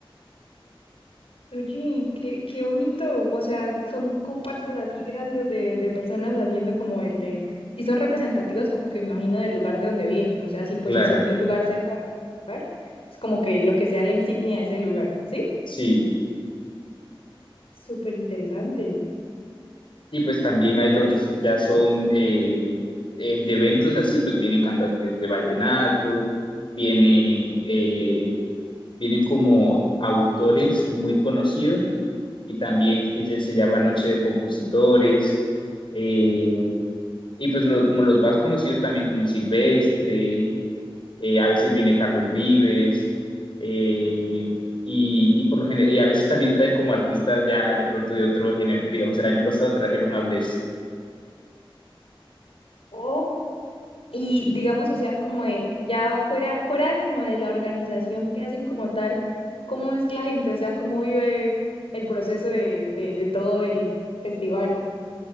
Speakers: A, on the left (about 85°); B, on the left (about 60°).
A: Oye, qué, qué bonito, o sea, son comparsas así grandes de, de personas haciendo como el de, y son representativos como que me imagino del lugar de donde vienen, o sea, si pues
B: Claro,
A: si son de un lugar cercano a un lugar, es como que lo que sea la insignia de ese lugar, ¿sí?
B: sí.
A: Súper interesante,
B: Y pues también
A: no
B: hay
A: sabía.
B: lo que s- ya son eh, eh, de eventos así, pues vienen cantantes de vallenatos, vienen, eh, vienen como autores muy conocidos y también se, se- se llama Noche de Compositores. eh, y pues lo- como los más conocidos también como Silvestre, eh, a veces viene Carlos Vives, eh, y, y por lo general, y a veces también traen como artistas ya de pronto de otro género. Digamos, el año pasado trajeron a Bless.
A: Oh, Y digamos, o sea, como de, ya fuera, fuera como de la organización que hacen como tal, ¿cómo es la gente? O sea, ¿cómo vive el proceso de, de, de todo el festival?